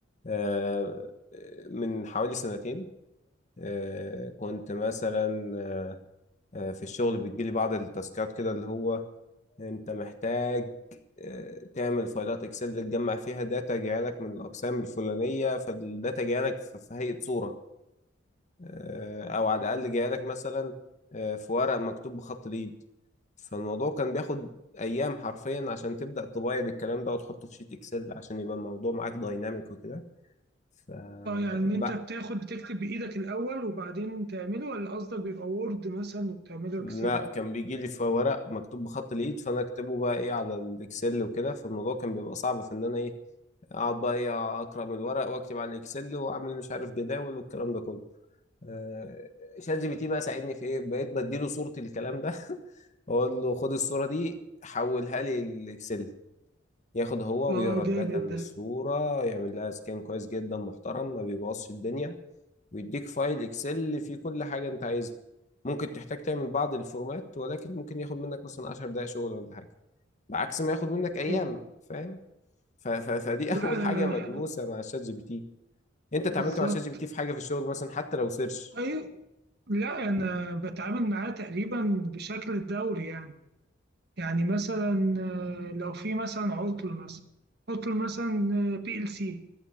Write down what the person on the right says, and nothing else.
اه يعني ان
انت بتاخد بتكتب بايدك الاول وبعدين تعمله ولا قصدك بيبقى وورد مثلا وبتعمله
اكسل
اه
جامد
ده
حلو أوي.
لا
انا
بالظبط
ايوه لا انا بتعامل معاه تقريبا بشكل دوري يعني يعني مثلا آه، لو في مثلا عطل مثلا عطل مثلا بي ال سي